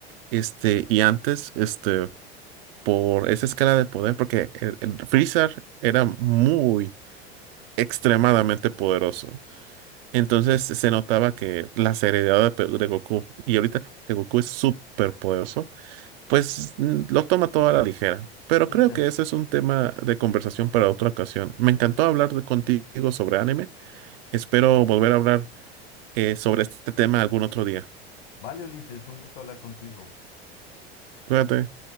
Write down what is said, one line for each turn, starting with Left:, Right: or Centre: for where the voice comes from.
Right: este, y antes, este, por esa escala de poder, porque el, el Freezer era muy, extremadamente poderoso. Entonces se notaba que la seriedad de, Pe- de Goku, y ahorita que Goku es súper poderoso, pues mm, lo toma todo a la ligera. Pero
Left: <laughs> y
Right: creo
Left: ya.
Right: que ese es un tema de conversación para otra ocasión. Me encantó hablar de- contigo sobre anime. Espero volver a hablar eh, sobre este tema algún otro día.
Left: Vale, Ulises, fue un gusto hablar contigo.
Right: Cuídate.